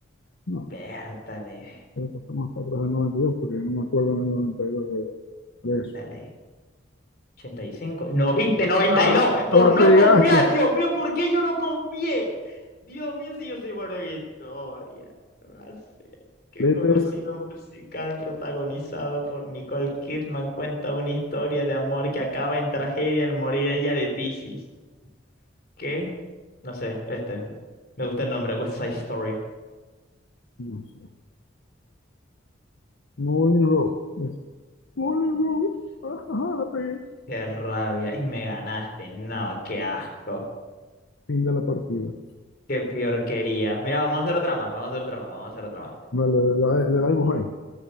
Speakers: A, on the left; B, on the left.
A: No,
B: Vértale.
A: creo que fue más para atrás del 92, porque no me acuerdo en el 92 de, de eso.
B: Vértale. ochenta y cinco No viste 92
A: Ah,
B: Por
A: la
B: no
A: pegaste.
B: confiar. Dios mío, ¿por qué yo no confié? Dios mío, si yo soy bueno en historia. No sé. Qué
A: Letra
B: conocido
A: esa.
B: musical protagonizado por Nicole Kidman cuenta una historia de amor que acaba en tragedia al morir ella de tisis. ¿Qué? No sé, este. Me gusta el nombre, West Side Story.
A: No sé. Moulin Road. Es Moulin Road. Ajá, la pegué.
B: Qué rabia. Y me ganaste. No, qué asco.
A: Fin de la partida.
B: Qué porquería. Mira, vamos a hacer otra más. Vamos a hacer otra más. Vamos a hacer otra más.
A: Vale, le, da- le damos ahí.